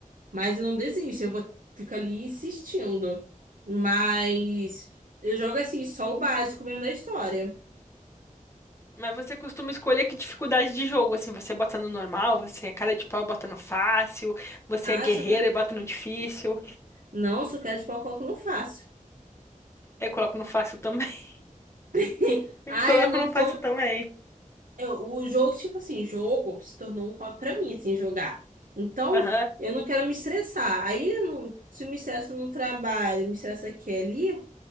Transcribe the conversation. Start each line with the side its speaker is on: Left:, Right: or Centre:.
Right: Mas eu não desisto, eu vou fico ali insistindo. Mas eu jogo assim, só o básico mesmo da história.
Left: Mas você costuma escolher que dificuldade de jogo, assim, você bota no normal, você é cara de pau e bota no fácil, você
Right: Ah,
Left: é guerreira
Right: sou cara.
Left: e bota no difícil.
Right: Não, sou cara de pau, coloco, não faço.
Left: Eu coloco no fácil também. <laughs>
Right: <laughs>
Left: Eu
Right: Ah,
Left: coloco
Right: eu não
Left: no fácil
Right: tô.
Left: também.
Right: eu- o jogo, tipo assim, jogo se tornou um hobby pra mim, assim, jogar. Então,
Left: Aham.
Right: eu não quero me estressar. Aí, eu não, se eu me estresso no trabalho, me estressa aqui e ali,